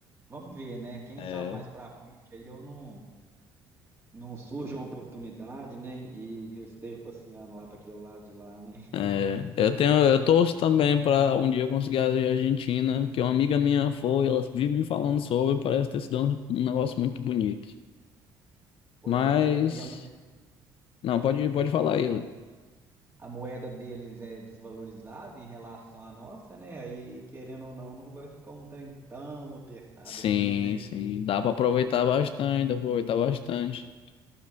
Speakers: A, on the right; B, on the left.
A: Vamos ver, né? Quem
B: é.
A: sabe mais pra frente aí eu não, não surja uma oportunidade, né? E eu esteja passeando lá para aquele lado de lá, né? <laughs>
B: É, eu tenho, eu torço também pra um dia eu conseguir a Argentina, porque uma amiga minha foi, ela vive me falando sobre, parece ter sido um, um negócio muito bonito.
A: Pois
B: Mas,
A: é, e, a, e a moe-
B: não, pode, pode falar aí.
A: a moeda deles é desvalorizada em relação à nossa, né? Aí, querendo ou não, não vai ficar um trem tão apertado
B: Sim,
A: assim, né?
B: sim, dá pra aproveitar bastante, dá pra aproveitar bastante.